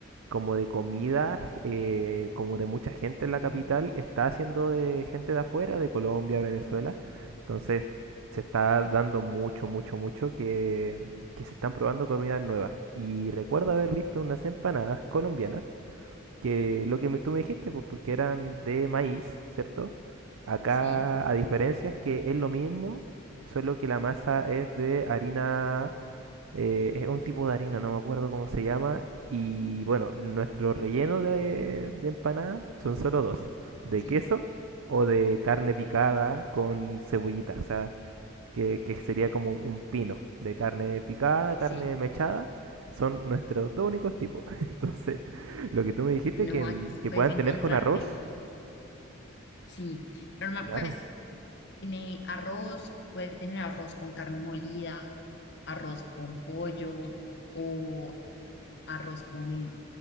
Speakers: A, on the right (about 85°); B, on the left (about 55°).
A: como de comida, eh, como de mucha gente en la capital,
B: Sí,
A: está haciendo de gente de afuera, de Colombia, Venezuela. Entonces, se está dando mucho, mucho, mucho que, que se están probando comidas nuevas. Y recuerdo haber visto unas empanadas colombianas que lo que me- tú me dijiste, pues porque eran de maíz, ¿cierto? Acá,
B: sí,
A: a diferencia, es que es lo mismo, solo que la masa es de harina, eh, es un tipo de harina, no me acuerdo cómo se llama. Y bueno, nuestro relleno de, de empanada son solo dos, de
B: sí,
A: queso o de carne picada con cebollita. O sea, que, que sería como un pino de carne picada, carne
B: sí.
A: mechada. Son nuestros dos únicos tipos. <laughs> Entonces, lo que tú me dijiste
B: No,
A: que,
B: aquí
A: mm,
B: sí
A: que
B: puedes
A: puedan
B: encontrar
A: tener con arroz.
B: de monitos. Sí, normal,
A: Claro.
B: pues Tiene arroz, puede tener arroz con carne molida, arroz con pollo o arroz con